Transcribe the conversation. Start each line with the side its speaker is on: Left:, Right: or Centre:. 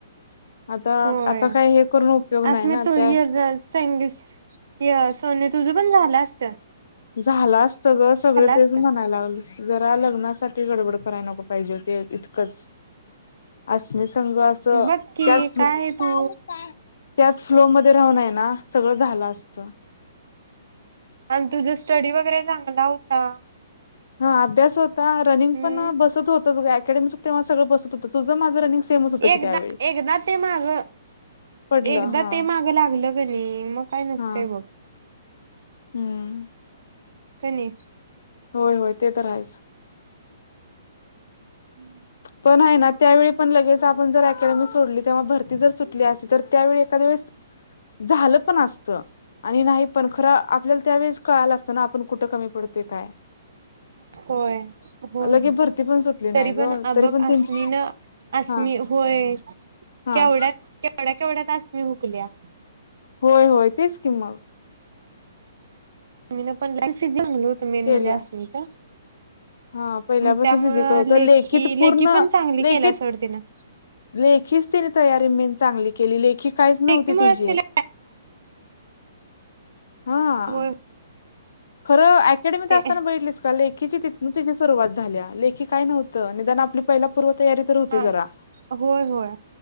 Left: आता
Right: होय
Left: आता काय हे करून उपयोग
Right: आज
Left: नाही
Right: मी
Left: ना
Right: तू
Left: त्या
Right: संगीस य सोने तुझं पण झालास
Left: झालं असत ग सगळ तेच
Right: असतं.
Left: म्हणायला लागलं जरा लग्नासाठी गडबड कराय नको पाहिजे ते इतकंच. अस्नी संघ असं
Right: बघ की
Left: <unintelligible> त्याच
Right: काय तू
Left: फ्लो मध्ये राहूनय ना सगळं झालं असत.
Right: आणि तुझ स्टडी वगैरे चांगला होता.
Left: हा अभ्यास होता रनिंग
Right: हम्म
Left: पण बसत होतच ग ऍक अकॅडमिच तेव्हा सगळ बसत होत तुझं माझं रनिंग सेमच होतं
Right: एकदा
Left: की त्यावेळी
Right: एकदा ते माग
Left: पडलं
Right: एकदा
Left: हा
Right: ते मागं लागलं कने मग काय नसतंय
Left: हा
Right: बघ.
Left: हम्म.
Right: कनी.
Left: होय होय ते तर हायच.
Right: हम्म.
Left: पण हाय ना त्यावेळी पण लगेच आपण जर अकॅडमी सोडली तेव्हा भरती जर सुटली असेल तर त्यावेळी काद्या वेळेस झालं पण असत. आणि नाही पण खर आपल्याला त्यावेेळेस कळाल असताना आपण कुठं कमी पडतोय काय
Right: होय. होय
Left: अलागेच
Right: होय.
Left: बरती पण सुटली नाही
Right: तरी पण
Left: ग
Right: अ
Left: तरी
Right: बघ
Left: पण त्यांची
Right: आसमीन असमी
Left: हा
Right: होय.
Left: हा
Right: केवढ्यात केवढ्या केवढ्यात आस्मि हुकल्या.
Left: होय होय तेच किं मग.
Right: मीन पण <unintelligible> चांगल होत मेन
Left: केल्या
Right: म्हणजे असमीच.
Left: हा पहिल्यापासून
Right: त्यामुळं
Left: फिजिकल होतं
Right: लेखी
Left: लेखित पूर्ण
Right: लेखी पण चांगली
Left: लेखित
Right: केल्या सोडतीनं-
Left: लेखीच तिने तयारी मेन चांगली केली लेखी- काहीच
Right: लेखीमुळेच
Left: नव्हती तिची
Right: तिला
Left: हा-
Right: होय
Left: खरं अकॅडमीत
Right: ते
Left: असताना बघितलीस का? तिची तिथन सुरुवात झाली लेखी काय नव्हतं निदान आपली पहिला पूर्व- तयारी तर होती
Right: हा
Left: जरा.
Right: होय होय